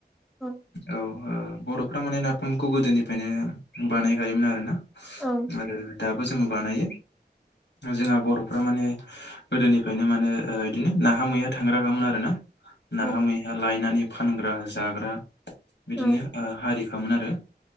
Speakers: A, in the centre; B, on the left (about 85°).
A: औ
B: औ ओ। बर'फ्रा माने नाफामखौ गोदोनिफ्रायनो बानायखायोमोन आरोना
A: औ
B: आरो दाबो जा जोङो बानायो। जोंहा बर'फ्रा माने गोदोनिफ्रायनो माने बिदिनो नाहा मैहा थांग्रा खामोन आरोना। नाहा
A: औ
B: मैहा लायनानै फानग्रा जाग्रा बिदिनो
A: औ
B: हारिखौ। खामोन आरो